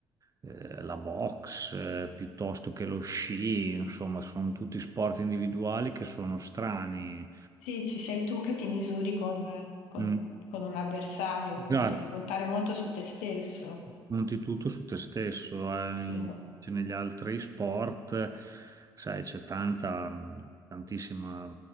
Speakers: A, on the right; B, on the left.
A: eh, la box, eh, piuttosto che lo sci, insomma, sono tutti sport individuali che sono strani.
B: Sì, ci sei tu che ti misuri con, con-
A: Mm,
B: con un avversario, quindi
A: esatto,
B: devi contare molto su te stesso.
A: conti tutto su te stesso, eh,
B: Sì.
A: in- cioè, negli altri sport, sai, c'è tanta, tantissima,